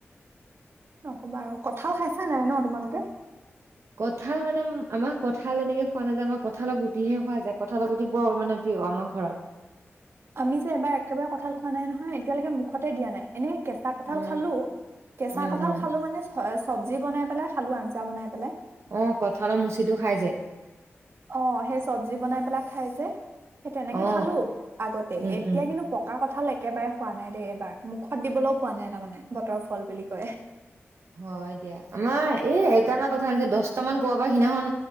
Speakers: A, on the right; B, on the right.
A: নক'বা আৰু। কঁঠাল খাইছা নাই ন' তোমালোকে?
B: কঁঠাল মানে আমাৰ কঠাল তেনেকে খোৱা নাযায়, আমাৰ কঁঠালত গুটিহে খোৱা যায়, কঁঠালত গুটি বৰ মানে প্ৰিয় আমাৰ ঘৰত।
A: আমি যে এবাৰ একেবাৰে কঁঠাল খোৱা নাই নহয়, এতিয়ালৈকে মুখতে দিয়া নাই, এনে কেঁচা কঁঠাল
B: অ
A: খালোঁ। কেঁচা
B: অ
A: কঁঠাল
B: অ
A: খালোঁ মানে চ-চবজি বনাই পেলাই খালোঁ, আঞ্জা বনাই পেলাই।
B: অ' কঁঠালৰ মুচিটো খাই যে।
A: অ' সেই চবজি বনাই পেলাই খাই যে সেই তেনেকে
B: অ
A: খালোঁ আগতে,
B: উম
A: এতিয়া
B: উম
A: কিন্তু পকা কঁঠাল একেবাৰে হোৱা নাই দেই এইবাৰ, মুখত দিবলৈও পোৱা নাই তাৰমানে, বতৰৰ ফল বুলি কয়।
B: হয় দিয়া। আমাৰ এই একগাল মান কঁঠাল আনিছে, দহটামান ক'বাৰ পৰা সিদিনাখন